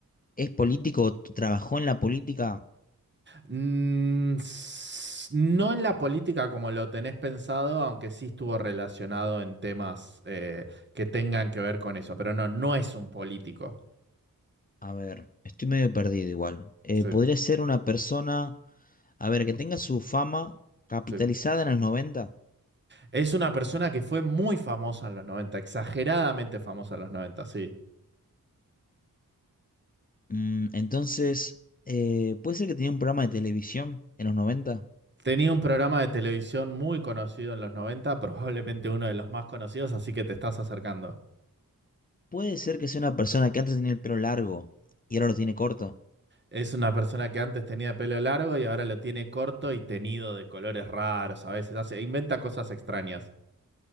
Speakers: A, on the left; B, on the right.
A: ¿es político o t- trabajó en la política?
B: Mm, s- no en la política como lo tenés pensado, aunque sí estuvo relacionado en temas eh, que tengan que ver con eso, pero no, no es un político.
A: A ver, estoy medio perdido igual. Eh,
B: Sí,
A: podría ser una persona, a ver, que tenga su fama capitalizada
B: sí.
A: en el 90.
B: Es una persona que fue muy famosa en los 90, exageradamente famosa en los 90. sí.
A: Mm, entonces, eh, puede ser que tenía un programa de televisión en los 90.
B: Tenía un programa de televisión muy conocido en los 90, probablemente uno de los más conocidos, así que te estás acercando.
A: Puede ser que sea una persona que antes tenía el pelo largo y ahora lo tiene corto.
B: Es una persona que antes tenía pelo largo y ahora lo tiene corto y tenido de colores raros, a veces hace, inventa cosas extrañas.